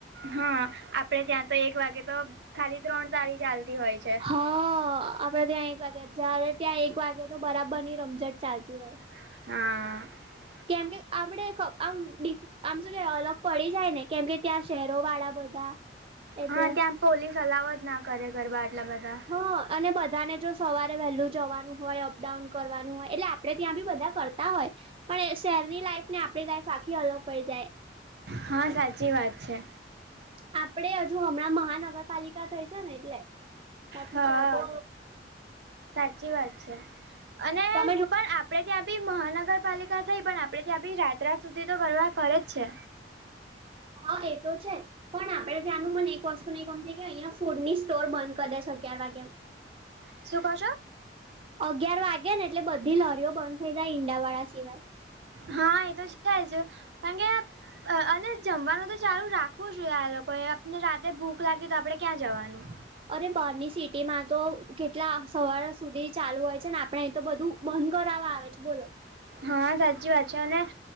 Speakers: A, on the right (about 70°); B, on the right (about 30°).
A: હા આપડે ત્યાં તો એક વાગે તો ખાલી ત્રણ તારી ચાલતી હોય છે.
B: હા આપડે ત્યાં એક વાગ્યા જ્યારે ત્યાં એક વાગે તો બરાબર ની રમઝટ ચાલતી હોય.
A: હા આ.
B: કેમ કે આપડે આમ ડી આમ સુું કે અલગ પડી જાય ને કેમ કે ત્યાં શહેરો વાળા બધા એટલે
A: હા ત્યાં પોલીસ અલાવ જ ના કરે ગરબા આટલા બધા
B: હ અને બધાને જો સવારે વહેલું જવાનું હોય અપડાઉન કરવાનું હોય એટલે આપડે ત્યાં બી બધા કરતા તા હોય પણ શહેરની લાઈફ ને આપણી લાઈફ આખી અલગ પડી જાય.
A: હા સાચી વાત છે.
B: આપડે હજુ હમણાં મહાનગરપાલિકા થઈ છે ને એટલે બાકી
A: હા
B: ત્યાં તો
A: સાચી વાત છે અને
B: તમે જો
A: પણ આપ આપડે ત્યાં બી મહાનગરપાલિકા થઈ પણ આપડણે ત્યાં બી રાત રાત સુધી તો ગરબા કરે જ છે.
B: હા એ તો છે. પણ આપણે ત્યાંનું મને એક વસ્તુ નહી ગમતી કે અહિયા ફૂડ ની સ્ટોર બંધ કરી દે છે અગ્યાર વાગે
A: શું કો છો.
B: અગિયાર વાગ્યા ને એટલે બધી લોરીઓ બંધ થઇ જાય ઈંડાવાળા સિવાય.
A: હા એ તો છે જ કારણ કે અને જમવાનું તો ચાલુ રાખવું જોઈએ આ લોકોએ આપને રાતે ભૂખ લાગી તો આપણેે ક્યાં જવાનું
B: અરે બર્ની સિટી માં તો કેટલા સવાર સુધી ચાલુ હોય છે ને આપડે એ તો બધું બંધ કરવા આવે છે બોલો.
A: હા સાચી વાત છે અને અ